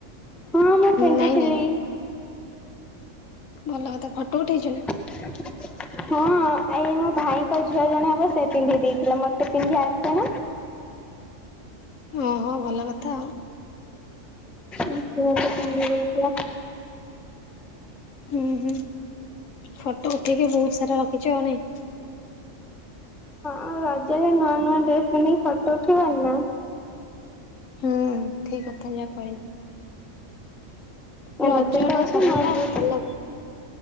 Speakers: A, in the centre; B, on the left.
A: ହଁ ମୁଁ ସେଇଠି
B: ନାଇଁ
A: ଥିଲି।
B: ନାଇଁ ଭଲ କଥା ଫଟୋ ଉଠେଇଚୁନା?
A: <inaudible> ହଁ ଏଇ ମୋ ଭାଇଙ୍କ ଝିଅ ଜଣେ ହବ ସିଏ ପିନ୍ଧେଇ ଦେଇଥିଲା ମତେ ପିନ୍ଧି ଆସେନି
B: ଓହୋ ଭଲ କଥା ଆଉ।
A: ସିଏ ମତେ ପିନ୍ଦେଇଦେଇଥିଲା।
B: ହୁଁ ହୁଁ ଫଟୋ ଉଠେଇକି ବହୁତ୍ ସାରା ରଖିଚୁ ଆଉ ନାଇଁ?
A: ଆଉ ରଜରେ ନୂଆ ନୂଆ ଡ୍ରେସ୍ ପିନ୍ଧିକି ଫଟୋ ଉଠେଇବାନିନା।
B: ହୁଁ ଠିକ୍ କଥା ଯାହା କହିଲୁ। ରଜ
A: ରଜତ
B: ଟା
A: ଆଉଚି
B: ସରିଗଲା
A: ନୂଆ ଡ୍ରେସ୍
B: ଆଉ ଭଲ ଲାଗୁନି